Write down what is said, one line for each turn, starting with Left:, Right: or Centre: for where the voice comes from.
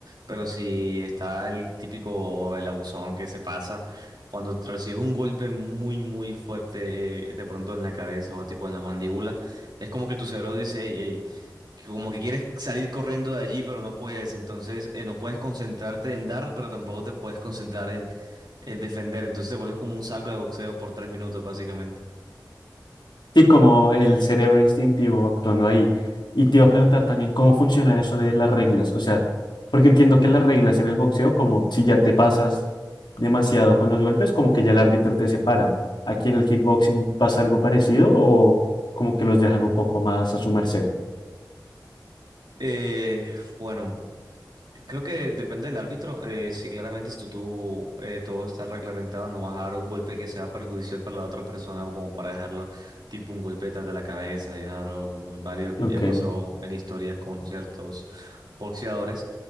Right: Pero si está el típico, el abusón que se pasa, cuando te recibes un golpe muy, muy fuerte, eh, de pronto en la cabeza o tipo en la mandíbula, es como que tu cerebro dice, hey, hey, que como que quieres salir corriendo de allí, pero no puedes. Entonces, eh, no puedes concentrarte en dar, pero tampoco te puedes concentrar en eh, defender. Entonces te vuelves como un saco de boxeo por tres minutos, básicamente.
Left: Sí, como el cerebro instintivo actuando ahí. Y te iba a preguntar también cómo funciona eso de las reglas. O sea, porque entiendo que las reglas en el boxeo, como si ya te pasas demasiado con los golpes, como que ya el árbitro te separa. ¿Aquí en el kickboxing pasa algo parecido o como que los dejan un poco más a su merced?
Right: Eh, bueno, Creo que depende del árbitro. eh, si claramente si tú, tú, eh, todo está reglamentado, no vas a dar un golpe que sea perjudicial para la otra persona, o como para dejarlo tipo un golpe detrás de la cabeza, dejarlo como inválido, como
Left: Ok,
Right: ya pasó en historias con ciertos boxeadores.